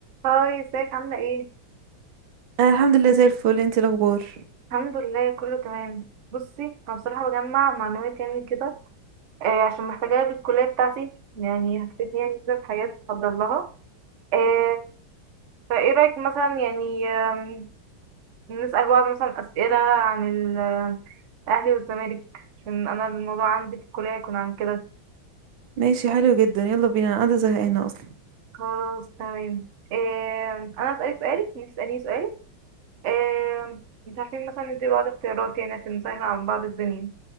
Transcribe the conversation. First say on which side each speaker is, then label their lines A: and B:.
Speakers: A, on the right; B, on the right.
A: هاي ازيك عاملة ايه؟
B: انا الحمد لله زي الفل انتي الاخبار
A: الحمد لله كله تمام بصي انا بصراحة بجمع معلومات يعني كده آه عشان محتاجاها للكلية بتاعتي يعني هتفيدني يعني كده في حاجات بفضل لها آه فايه رأيك مثلا يعني آم، نسأل بعض مثلا أسئلة عن ال- الأهلي والزمالك عشان أنا الموضوع عندي في الكلية يكون عن كده
B: ماشي حلو جدا يلا بينا انا قاعده زهقانه اصلا
A: خلاص تمام آم، أنا أسألك سؤال انتي تسأليني سؤال آم، مش عارفين مثلا ندي بعض اختيارات يعني عشان نسهل عن بعض الدنيا